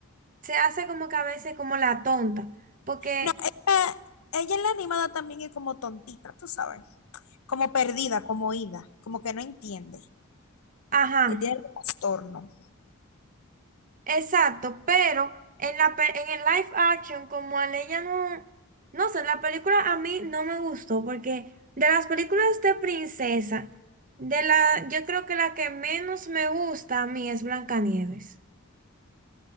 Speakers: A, on the right; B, on the left.
A: se hace como que a veces como la tonta, porque,
B: No, ella, ella en la animada también es como tontita, tú sabes. como perdida, como oída, como que no entiende,
A: ajá.
B: que tiene trastorno.
A: Exacto, pero en la pe- en el live action, como a ella no, no sé, la película a mí no me gustó, porque de las películas de princesa, de la, yo creo que la que menos me gusta a mí es Blancanieves.